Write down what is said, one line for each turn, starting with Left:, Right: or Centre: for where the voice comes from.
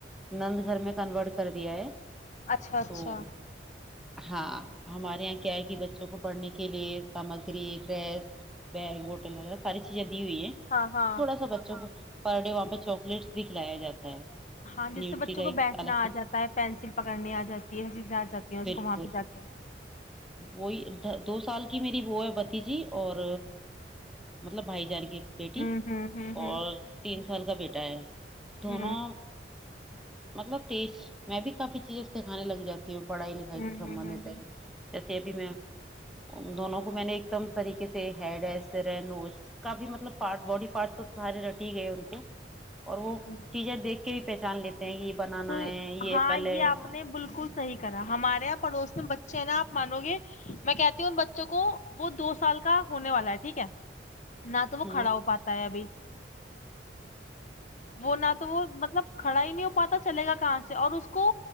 Centre: نند گھر میں کنورٹ کر دیا ہے
Left: اچھا اچھا
Centre: تو ہاں ہمارے یہاں کیا ہے کہ بچوں کو پڑھنے کے لیے سامگری ڈریس بیگ بوٹل وغیرہ ساری چیزیں ہوئی ہے
Left: ہاں ہاں
Centre: تھوڑا سا بچوں کو پر ڈے وہاں پہ چواکلیٹس بھی کھلایا جاتا ہے
Left: ہاں جس
Centre: نیوٹری
Left: سے بچوں
Centre: کا
Left: کو
Centre: ایک
Left: بیٹھنا
Centre: الگ سے
Left: آ جاتا ہے پینسل پکڑنی آ جاتی ہے حیزیں آ جاتی ہیں اس
Centre: بالکل
Left: کو وہاں پہ جا کے
Centre: وہی دو سال کی میری وہ ہے بتی جی اور مطلب بھائی جان کی بیٹی
Left: ہوں ہوں ہوں ہوں
Centre: اور تین سال کا بیٹا ہے دونوں
Left: ہوں
Centre: مطلب تش میں بھی کافی چیزیں سے کھانے لگ جاتے وں پڑھائی لکھائی
Left: ہوں
Centre: سے سبندت
Left: ہوں ہوں
Centre: ہے جیسے ابھی میں دونوں کو میں نے طریقے سے ہیڈ ہے سر ہے نوز کافی مطلب پارٹس سارے رٹی ہی گئے ان کو اور وہ
Left: ہوں
Centre: چیزیں دیکھ کے بھی پچان لیتے ہیں کہ یہ بنانا
Left: تو
Centre: ہے یہ
Left: ہاں
Centre: ایپل ہے
Left: یہ آپ نے بالکل صحیح کرا ہمارے پڑوس میں بچے ہیں نا آپ مانو گے میں کہتی ہوں ان بچوں کو وہ دو سال کا ہونے والا ہے ٹھیک ہے نہ تو وہ
Centre: ہ
Left: کھڑا ہو پاتا ہے ابھی وہ نہ تو وہ مطلب کھڑا ہی نہیں ہو پاتا چلے گا کہاں سے اور اس کو